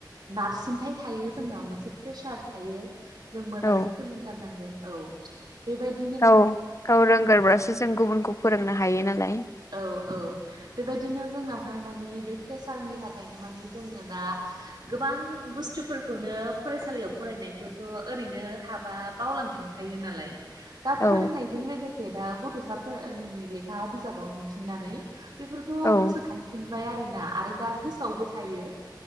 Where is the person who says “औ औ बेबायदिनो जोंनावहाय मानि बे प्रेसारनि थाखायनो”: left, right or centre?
Right